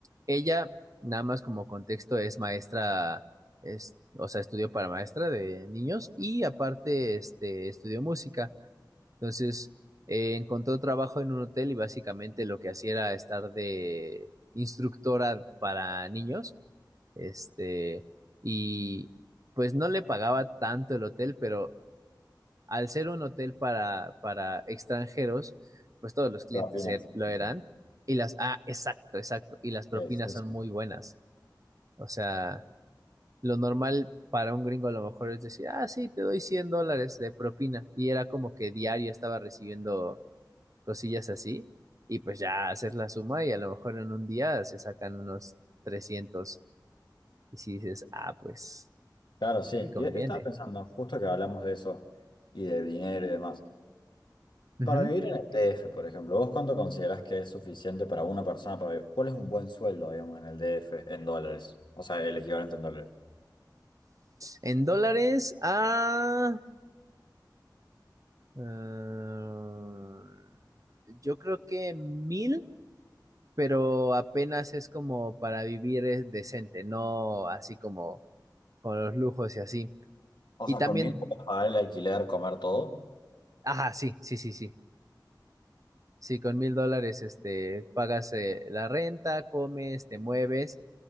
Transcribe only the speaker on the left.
<laughs>
Propinas.
Mm.
Sí, sí,
sí.
Claro, sí.
Y e- estaba pensando, justo que hablamos de eso y de dinero y demás.
Para vivir en el DF, por ejemplo, ¿vos cuánto considerás que es suficiente para una persona para vivir? ¿Cuál es un buen sueldo, digamos, en el DF, en dólares? O sea, el equivalente en dólares.
O
sea,
con mil puedes pagar el alquiler, comer todo.